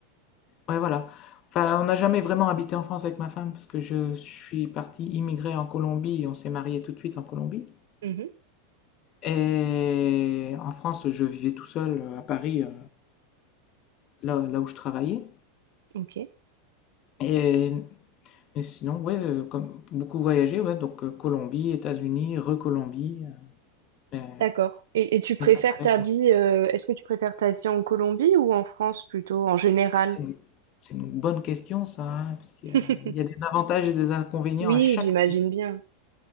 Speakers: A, on the left; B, on the right.
A: Ouais, voilà. Enfin, on n'a jamais vraiment habité en France avec ma femme parce que je, je suis parti immigrer en Colombie et on s'est marié tout de suite en Colombie.
B: Mhm,
A: Et en France, je vivais tout seul euh, à Paris, euh, là, là où je travaillais.
B: ok,
A: Et, mais sinon, ouais, euh, comme beaucoup voyagé, ouais, donc euh, Colombie, États-Unis, re-Colombie. euh, mais,
B: d'accord. Et, et tu préfères
A: mais ça s'arrête
B: ta
A: là.
B: vie, euh, est-ce que tu préfères ta vie en Colombie ou en France plutôt, en général?
A: C'est une, c'est une bonne question, ça, hein, parce qu'il
B: <laughs>
A: y a, il y a des avantages et des inconvénients
B: Oui,
A: à chaque
B: j'imagine
A: pays.
B: bien.